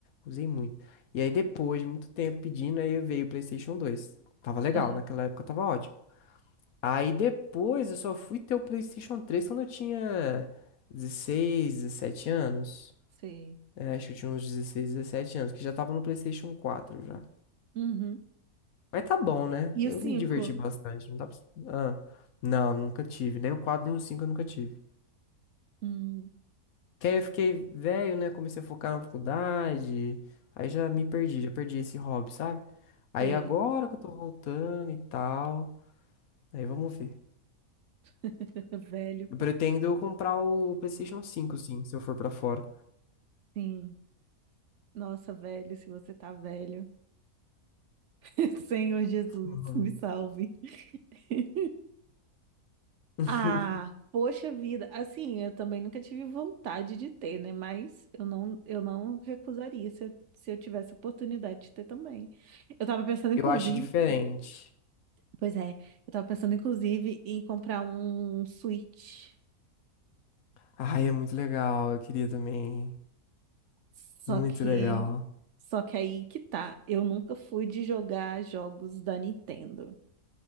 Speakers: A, on the left; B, on the right.
A: usei muito. E aí depois de muito tempo pedindo, aí veio o PlayStation dois Tava legal,
B: aham,
A: naquela época tava ótimo. Aí depois eu só fui ter o PlayStation três quando eu tinha 16 17 anos.
B: sei.
A: É, acho que eu tinha uns 16 17 anos, que já tava no PlayStation quatro já.
B: Uhum.
A: Mas tá bom, né?
B: E
A: Eu
B: o cinco?
A: me diverti bastante. Não dá pra... ah, não, nunca tive. Nem o 4, nem o 5 eu nunca tive.
B: Hum,
A: Que aí eu fiquei velho, né? Comecei a focar na faculdade. Aí já me perdi, já perdi esse hobby, sabe? Aí
B: sei.
A: agora que eu tô voltando e tal. Aí vamos ver.
B: <laughs> Velho.
A: Eu pretendo comprar o PlayStation cinco sim, se eu for pra fora.
B: Sim. Nossa, velho, se você tá velho. <laughs> Senhor Jesus,
A: Uhum.
B: me salve. <laughs>
A: <laughs>
B: Ah, poxa vida. Assim, eu também nunca tive vontade de ter, né? Mas eu não, eu não recusaria se eu, se eu tivesse oportunidade de ter também. Eu tava pensando, inclusive,
A: Eu acho diferente.
B: pois é, eu tava pensando, inclusive, em comprar um Switch.
A: Ai, é muito legal. Eu queria também.
B: Só
A: Muito
B: que,
A: legal.
B: só que aí que tá. Eu nunca fui de jogar jogos da Nintendo.